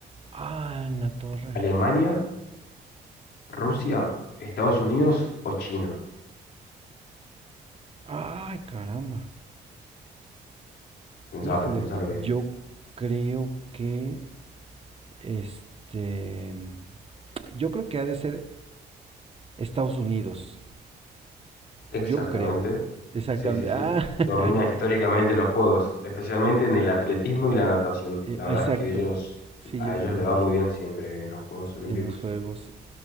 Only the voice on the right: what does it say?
Ah, en la torre.
Ay, caramba.
Híjole,
yo creo que este yo creo que ha de ser Estados Unidos.
Yo creo. Exactamente.
Ah,
<laughs>
eh,
ah,
exacto.
Sí,
yo creo
que notación.
En los juegos.